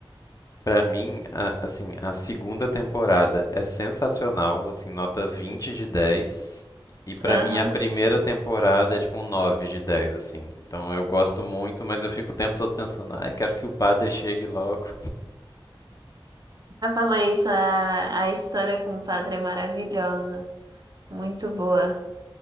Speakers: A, on the left; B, on the right.
A: pra mim, a- assim, a segunda temporada é sensacional, assim, nota vinte de dez E pra
B: Aham.
A: mim a primeira temporada é tipo um 9 de 10 assim. Então eu gosto muito, mas eu fico o tempo todo pensando, ai, quero que o padre chegue logo.
B: Eu falei isso, a, a história com o padre é maravilhosa. Muito boa.